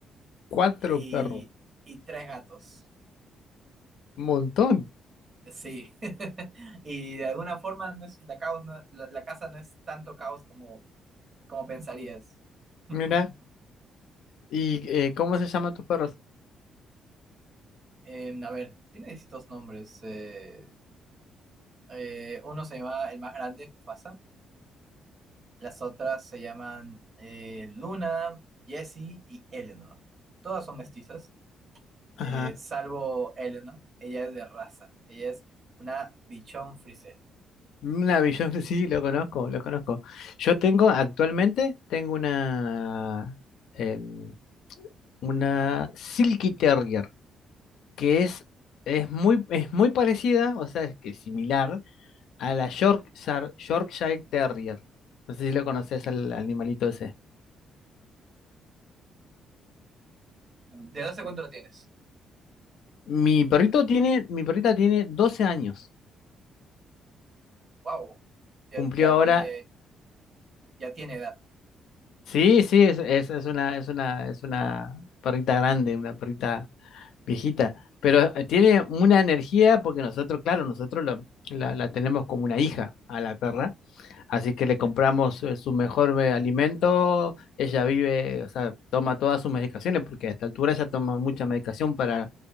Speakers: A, on the left; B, on the right.
A: Cuatro
B: y,
A: perros,
B: y tres gatos.
A: un montón.
B: Sí, <laughs> y de alguna forma no es- la, caos no- la, la casa no es tanto caos como, como pensarías. <laughs>
A: Mira, ¿y eh, cómo se llaman tus perros?
B: Em, a ver, tiene distintos nombres. eh, eh, uno se llama el más grande, Mufasa. Las otras se llaman eh, Luna, Jessie y Eleanor. Todas son mestizas,
A: Ajá.
B: eh, salvo Eleanor. Ella es de raza. Ella es una bichón frisé.
A: Una Bichon, <laughs> sí, lo conozco, lo conozco. Yo tengo, actualmente, tengo una, em, una Silky Terrier. que es, es muy, es muy parecida, o sea, es que similar a la Yorkshire, Yorkshire Terrier. No sé si lo conoces al animalito ese.
B: ¿De edad hace cuánto lo tienes?
A: Mi perrito tiene, mi perrita tiene 12 años.
B: Wow. Ya,
A: Cumplió
B: ya
A: ahora.
B: tiene, ya tiene edad.
A: Sí, sí, es, es, es una, es una, es una perrita grande, una perrita viejita. Pero eh, tiene una energía porque nosotros, claro, nosotros lo- la, la tenemos como una hija a la perra. Así que le compramos eh, su mejor eh, alimento, ella vive, o sea, toma todas sus medicaciones, porque a esta altura ella toma mucha medicación para,